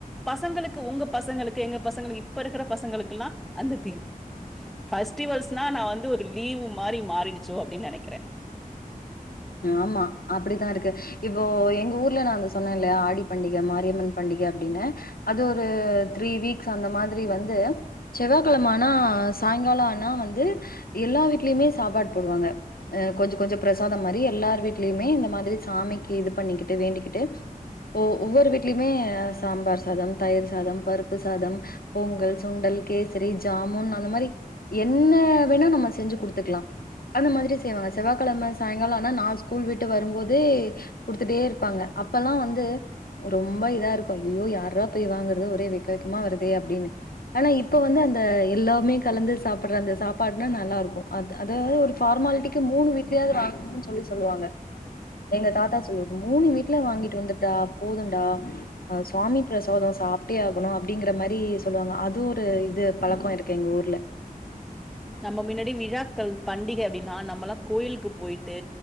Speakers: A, in the centre; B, on the left (about 75°).
A: பசங்களுக்கு உங்க பசங்களுக்கு எங்க பசங்களுக்கு இப்ப இருக்கிற பசங்களுக்குல்லா அந்த தீ ஃபஸ்டிவல்ஸ்னா நா வந்து ஒரு லீவு மாரி மாறிடிச்சோ அப்டின் நெனைக்கிறே
B: ஆமா அப்படிதா இருக்கு இப்போ எங்க ஊர்ல நா அந்த சொன்னேன்ல்ல ஆடி பண்டிக மாரியம்மன் பண்டிக அப்டினு அது ஒரு த்ரீ வீக்ஸ் அந்த மாதிரி வந்து செவ்வாகெழம ஆனா சாய்ங்காலோ ஆனா வந்து எல்லா வீட்லயுமே சாப்பாடு போடுவாங்க அ கொஞ்ச கொஞ்ச பிரசா தம் மாரி எல்லார் வீட்லயுமே இந்த மாதிரி சாமிக்கு இது பண்ணிக்கிட்டு வேண்டிக்கிட்டு ஓ ஒவ்வொரு வீட்லியுமே சாம்பார் சாதம் தயிர் சாதம் பருப்பு சாதம் பொங்கல் சுண்டல் கேசரி ஜாமுன் அந்த மாரி என்ன வேணா நம்ம செஞ்சு குடுத்துக்லா அந்த மாதிரி செய்வாங்க செவ்வாக்கெழம சாயங்கால ஆனா நா ஸ்கூல் விட்டு வரும்போதே குடுத்துட்டே இருப்பாங்க அப்பெல்லா வந்து ரொம்ப இதா இருக்கு ஐயியோ யார்ரா போய் வாங்குறது ஒரே வெக்க வெக்கமா வருதே அப்டினு ஆனா இப்ப வந்து அந்த எல்லாமே கலந்து சாப்பிட்ற அந்த சாப்பாடுனா நல்லாருக்கு அ அது ஒரு ஃபார்மாலிட்டிக்கு மூணு வீட்லயாது வாங்கணுன் சொல்லி சொல்லுவாங்க எங்க தாத்தா சொல்வார் மூணு வீட்ல வாங்கிட்டு வந்துட்டா போதுன்டா அ சுவாமி பிரசாதோ சாப்ட்டே ஆகணு அப்டிங்கிற மாரி சொல்வாங்க அதுவு ஒரு இது பழக்கோ இருக்கு எங்க ஊர்ல
A: நம்ம மின்னாடி விழாக்கள் பண்டிக அப்டின்னா நம்மல்லா கோயிலுக்கு போயிட்டு